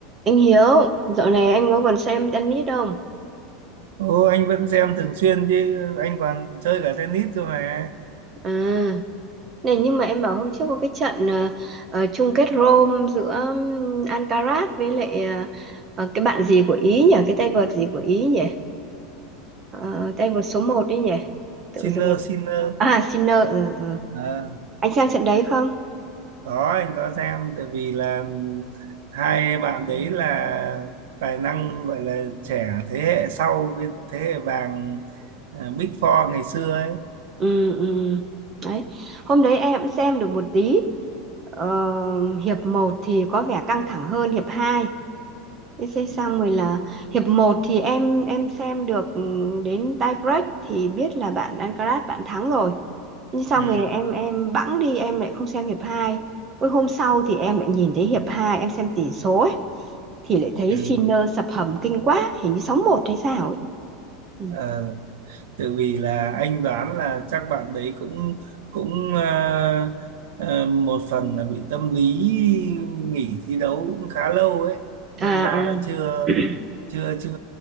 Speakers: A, on the right; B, on the right.
A: Anh Hiếu, dạo này anh có còn xem tennis không?
B: Ô, anh vẫn xem thường xuyên chứ anh còn chơi cả tennis cơ mà
A: À, này nhưng mà em bảo hôm trước có cái trận ờ, ờ, chung kết Rome giữa ừm, Alcaraz với lại ờ, ờ, cái bạn gì của Ý nhỉ? Cái tay vợt gì của Ý nhỉ? Ờ, tay
B: Ừ,
A: vợt số một đấy nhỉ? Tự
B: Sinner
A: dưng em...
B: Sinner
A: À, Sinner, ừ, ừ.
B: Ờ,
A: Anh xem trận đấy không?
B: có anh có xem tại vì là hai bạn đấy là tài năng gọi là trẻ thế hệ sau cái thế hệ vàng à, Big Four ngày xưa ấy
A: Ừ, ừ. Đấy. Hôm đấy em cũng xem được một tí. Ờ, hiệp một thì có vẻ căng thẳng hơn hiệp 2. VC
B: ừ.
A: xong rồi là hiệp một thì em em xem được ừ, đến tie break thì biết là bạn Alcaraz bạn thắng rồi. Nhưng xong
B: Ừ.
A: rồi em em bẵng đi em lại không xem hiệp hai Ôi hôm sau
B: Ừ.
A: thì em lại nhìn thấy hiệp 2 em xem tỷ số ấy thì lại thấy
B: Ừ.
A: Sinner sập hầm kinh quá, hình như 6 một hay sao ấy. Ừ.
B: Ừ. tại vì là anh đoán là chắc bạn đấy cũng cũng à, à, một phần là bị tâm lý nghỉ thi đấu cũng khá lâu ấy đâm
A: À
B: ra
A: à.
B: là chưa
A: <clears throat>
B: chưa chưa